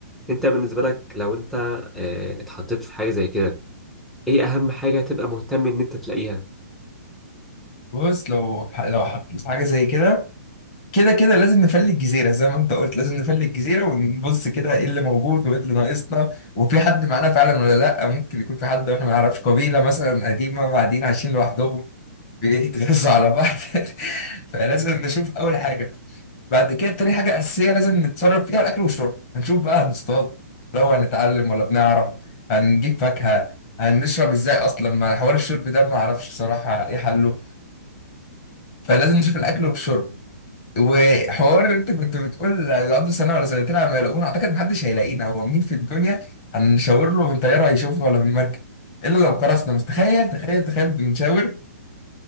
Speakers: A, in the centre; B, on the left.
A: انت بالنسبة لك لو انت آه، اتحطيت في حاجة زي كده ايه اهم حاجة تبقى مهتم ان انت تلاقيها
B: بص لو لو حطيت في حاجة زي كده كده كده لازم نفلي الجزيرة زي ما انت قلت لازم نفلي الجزيرة ونبص كده ايه اللي موجود وايه اللي ناقصنا وفي حد معانا فعلا ولا لا ممكن يكون في حد واحنا ما نعرفش قبيلة مثلا قديمة قاعدين عايشين لوحدهم بيتغذوا على بعض <laughs> فلازم نشوف أول حاجة بعد كده تاني حاجة أساسية لازم نتصرف فيها الأكل والشرب هنشوف بقى هنصطاد لو هنتعلم ولا بنعرف هنجيب فاكهة هنشرب ازاي أصلا ما حوار الشرب ده ما أعرفش صراحة ايه حله فلازم نشوف الأكل والشرب وحوار انت كنت بتقول يقعدوا سنه ولا سنتين على ما يلاقونا اعتقد محدش هيلاقينا هو مين في الدنيا هنشاور له من طياره هيشوفنا ولا من مركب الا لو كرسنا بس تخيل تخيل تخيل بنشاور